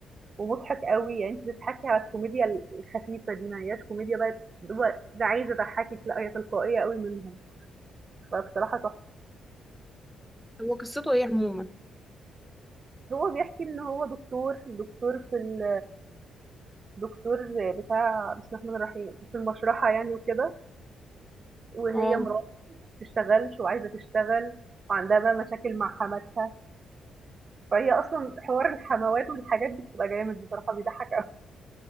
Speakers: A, on the right; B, in the centre.
A: ومضحك أوي، يعني أنتِ بتضحكي على الكوميديا ال الخفيفة دي، ما هياش كوميديا بقى اللي هو ده عايز أضحّكِك، لأ هي تلقائية أوي منهم، فبصراحة تحفة.
B: هو قصته ايه عموما
A: هو بيحكي إن هو دكتور، دكتور في ال دكتور بتاع بسم الله الرحمن الرحيم، في المشرحة يعني وكده، وهي
B: اه
A: مراته ما بتشتغلش وعايزة تشتغل وعندها بقى مشاكل مع حماتها، فهي أصلًا حوار الحموات والحاجات دي بتبقى جامد بصراحة بيضحّك أوي.